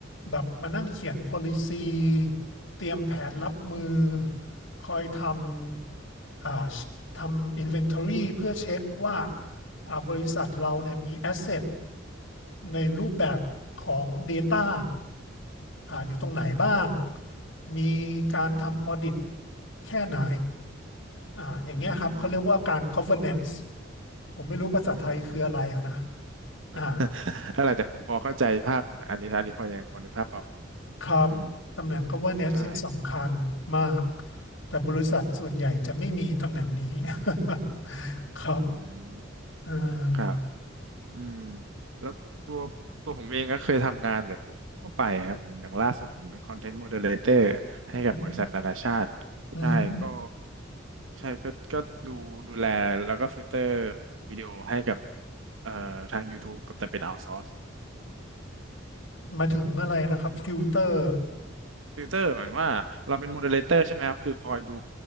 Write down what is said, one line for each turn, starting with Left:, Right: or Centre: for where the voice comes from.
Left: แบบมานั่งเขียน
Right: อืม
Left: policy เตรียมแผนรับมือ
Right: อืม
Left: คอยทำอ่าทำ inventory เพื่อเช็คว่าอ่าบริษัทเราเนี่ยมี asset ในรูปแบบของ Data อ่าอยู่ตรงไหนบ้างมีการทำ
Right: อืม
Left: Audit แค่ไหน อ่าอย่างเงี้ยครับเขาเรียกว่าการ
Right: อืม
Left: governance ผมไม่รู้ภาษาไทยคืออะไรอะนะ
Right: อืม
Left: อ่า
Right: <laughs> อะไรแต่ผมพอเข้าใจภาพอันนี้อันนี้พอยังพอนึกภาพออกอยู่
Left: ครับตำแหน่ง
Right: อืม
Left: governance
Right: ใช่
Left: เนี่ยสำคัญมากแต่บริษัทส่วนใหญ่จะไม่มีตำแหน่งนี้ <laughs> ครับ
Right: อืม
Left: อ่า
Right: ครับ อืมแล้วตัวตัวผมเองก็เคยทำงานแบบพวกทั่วไปครับผมอย่างล่าสุดผมเป็นคอนเทนต์โมเดเลเตอร์ให้กับบริษัทนานาชาติใช่ก็
Left: อือหือ
Right: ใช่ก็ก็ดูดูแลแล้วก็ฟิลเตอร์วิดีโอให้กับเอ่อทาง YouTube กับแต่เป็นเอา s o ซอร์
Left: มาถึงอะไรนะครับติวเตอร์
Right: ฟิลเตอร์หมายความว่าเราเป็นโมเดเลเตอร์ใช่ไหมครับคือคอยดู